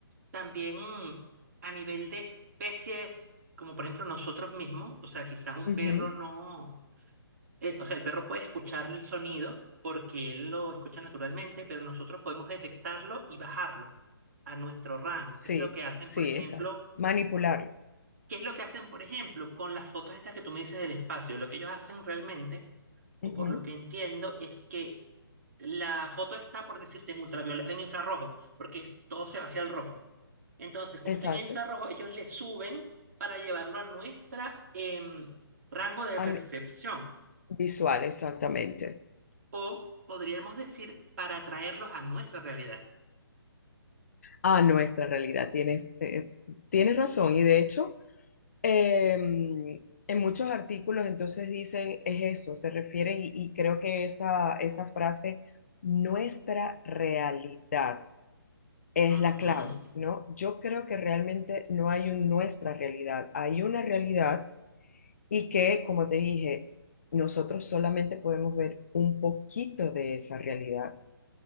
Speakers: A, on the right; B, on the left.
A: también mm, a nivel de especies, como por ejemplo nosotros mismos, o sea, quizás un
B: ujú,
A: perro no, eh, o sea, el perro puede escuchar el sonido porque él lo escucha naturalmente, pero nosotros podemos detectarlo y bajarlo a nuestro rango,
B: Sí,
A: que es lo que hacen,
B: sí,
A: por ejemplo,
B: exacto. Manipularlo.
A: qué es lo que hacen, por ejemplo, con las fotos estas que tú me dices del espacio. Lo que ellos hacen realmente, o
B: Ujú,
A: por lo que entiendo, es que la foto está, por decirte, en ultravioleta, en infrarrojo, porque es- todo se va hacia el rojo. Entonces, como
B: Exacto.
A: está en infrarrojo, ellos le suben para llevarlo a nuestra em, rango de
B: An-
A: percepción,
B: visual, exactamente.
A: o podríamos decir, para traerlos a nuestra realidad.
B: A nuestra realidad. Tienes, eh, tienes razón. Y de hecho... Eh, en muchos artículos entonces dicen es eso, se refieren y, y creo que esa, esa frase, nuestra realidad, es
A: Ujú.
B: la clave, ¿no? Yo creo que realmente no hay un nuestra realidad, hay una realidad y que, como te dije, nosotros solamente podemos ver un poquito de esa realidad